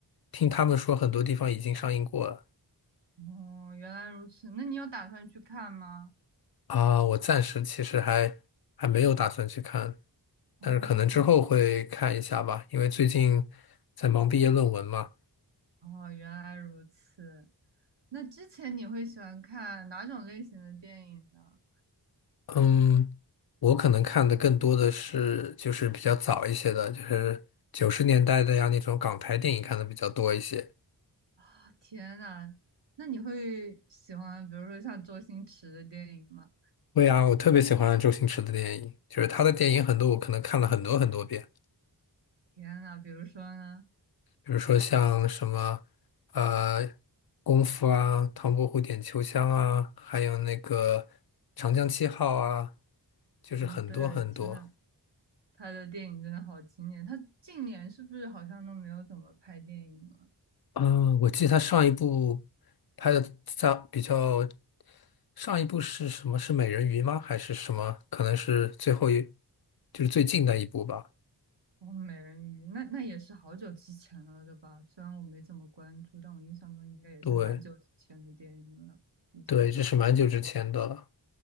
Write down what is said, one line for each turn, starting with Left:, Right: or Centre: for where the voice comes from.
Left: 听他们说很多地方已经上映过了
Right: 哦，原来如此。那你有打算去看吗？
Left: 啊，我暂时其实还还没有打算去看，
Right: 哦，
Left: 但是可能之后会看一下吧，因为最近在忙毕业论文嘛，
Right: 哦，原来如此。那之前你会喜欢看哪种类型的电影呢？
Left: 嗯，我可能看的更多的是就是比较早一些的，就是九十年代的呀那种港台电影看的比较多一些。
Right: 啊，天呐，那你会喜欢，比如说像周星驰的电影吗？
Left: 对啊，我特别喜欢周星驰的电影，就是他的电影很多，我可能看了很多很多遍。
Right: 天呐，比如说呢？
Left: 比如说像什么呃功夫啊、唐伯虎点秋香啊，还有那个长江七号啊，就是很多很多。
Right: 啊，对，真的，他的电影真的好经典。他近年是不是好像都没有怎么拍电影了？
Left: 嗯，我记得他上一部拍的在比较，上一部是什么？是美人鱼吗？还是什么？可能是最后一，就是最近的一部吧。
Right: 哦，美人鱼，那那也是好久之前了的吧？虽然我没怎么关注，但我印象中应该也是蛮久之前的电影了，
Left: 对
Right: 已经。
Left: 对，这是蛮久之前的了。